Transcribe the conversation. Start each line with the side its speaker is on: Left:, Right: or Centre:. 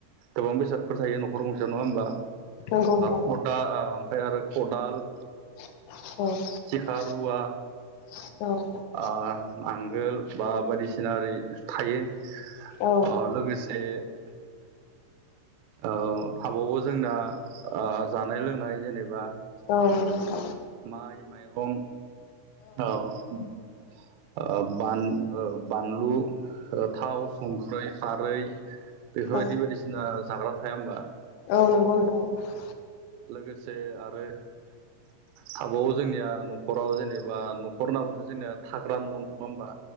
Right: गोबां बेसादफोर थायो न'खर गंसेयाव नङा होमबा
Left: औ नंगौ
Right: खदाल
Left: नोंथां
Right: ओमफ्राय आरो खदाल
Left: औ
Right: सिखा रुवा
Left: औ
Right: ओ नांगोल बा बायदिसिना ओ थायो
Left: औ
Right: ओ लोगोसे ओ थाबावो जोंना जानाय लोंनाय जेनेबा
Left: औ नंगौ नोंथां
Right: माइ माइरं औ ओ बान बानलु थाव संख्रि खारै बेफोरबायदि
Left: औ
Right: बायदिसिना जाग्रा थाया होमबा
Left: औ नंगौ नोंथां'
Right: लोगोसे आरो थाबावो जोंनिया न'खराव जेनेबा न'खर होनना बुंस जोंनिया थाग्रा न' नङा होमबा